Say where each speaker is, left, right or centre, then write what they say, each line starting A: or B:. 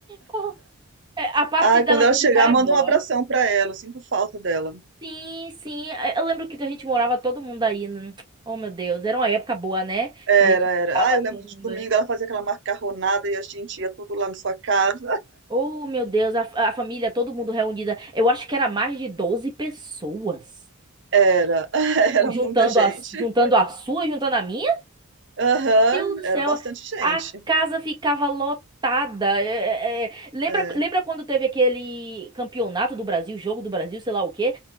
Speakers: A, on the right (about 20°); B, on the right (about 55°).
A: <laughs> É, A parte
B: Ai,
A: dela
B: quando ela
A: visitar
B: chegar,
A: é
B: manda
A: boa.
B: um abração pra ela. Eu sinto falta dela.
A: Sim, sim. É, Eu lembro que a gente morava todo mundo aí. né? Oh, meu Deus. Era uma época boa, né?
B: Era,
A: Que a gente
B: era.
A: morava
B: Ah, eu
A: todo
B: lembro que de
A: mundo
B: domingo
A: aí.
B: ela fazia aquela macarronada e a gente ia tudo lá na sua casa.
A: Oh, meu Deus. A, a família, todo mundo reunida. Eu acho que era mais de 12 pessoas.
B: Era, <laughs> era
A: Juntando
B: muita gente.
A: a, juntando a sua, juntando a minha.
B: Aham,
A: Deus do céu,
B: era bastante gente.
A: a casa ficava lotada. É, é, é. Lembra,
B: É.
A: lembra quando teve aquele campeonato do Brasil, jogo do Brasil, sei lá o quê?